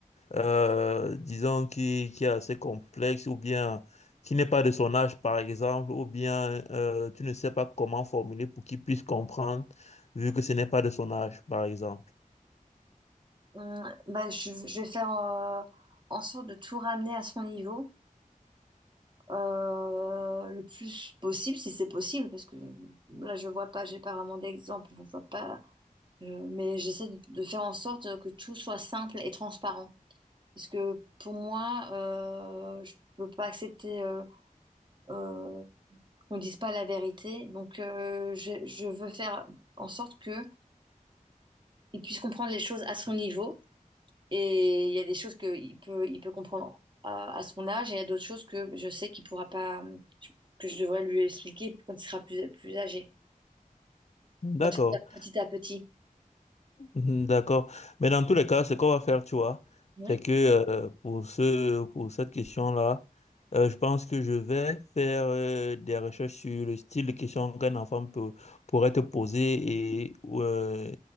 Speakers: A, on the left; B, on the right.
A: euh, disons, qui, qui est assez complexe ou bien qui n'est pas de son âge, par exemple, ou bien euh, tu ne sais pas comment formuler pour qu'il puisse comprendre, vu que ce n'est pas de son âge, par exemple.
B: Hum, bah, je, je vais faire euh, en sorte de tout ramener à son niveau. Euh, le plus possible, si c'est possible, parce que là, je vois pas, j'ai pas vraiment d'exemple, je vois pas, je- mais j'essaie de, de faire en sorte que tout soit simple et transparent. Parce que pour moi, euh, je peux pas accepter euh, euh, qu'on dise pas la vérité, donc euh, je, je veux faire en sorte que il puisse comprendre les choses à son niveau Et il y a des choses qu'il peut, il peut comprendre à, à son âge, et il y a d'autres choses que je sais qu'il pourra pas, que je devrais lui expliquer quand il sera plus, plus âgé.
A: D'accord.
B: Ça va Petit à petit.
A: Mhm, D'accord. Mais dans tous les cas, ce qu'on va faire, tu vois,
B: Oui.
A: c'est que euh, pour ce, pour cette question-là, euh, je pense que je vais faire euh, des recherches sur le style de question qu'un enfant peut, pourrait te poser et, euh,